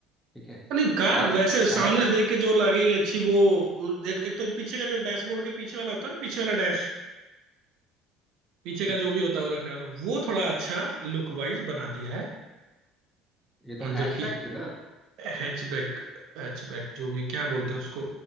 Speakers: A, in the centre; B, on the right (about 60°).
A: ठीक है
B: नहीं कार
A: और
B: वैसे
A: हालांकि
B: सामने से देख के जो लगेगी अच्छी वो एक, एक तो पीछे का जो डैशबोर्ड के पीछे वाला होता है ना पीछे वाला डैश पीछे
A: एक
B: का जो भी होता है वो रखने वाला वो थोड़ा अच्छा लुक वाइज बना दिया है
A: ये तो हैचबैक
B: जबकि
A: थी ना
B: हैचबैक हैचबैक जो भी क्या बोलते हैं उसको